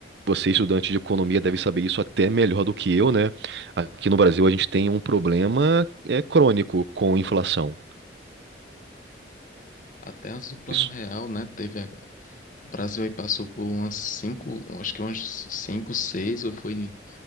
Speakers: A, on the right; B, on the left.
A: você, estudante de economia, deve saber isso até melhor do que eu, né? Aqui no Brasil a gente tem um problema é crônico com inflação.
B: Até antes do Plano
A: Isso.
B: Real, né? Teve a... O Brasil aí passou por umas cinco, acho que umas cinco, seis, ou foi,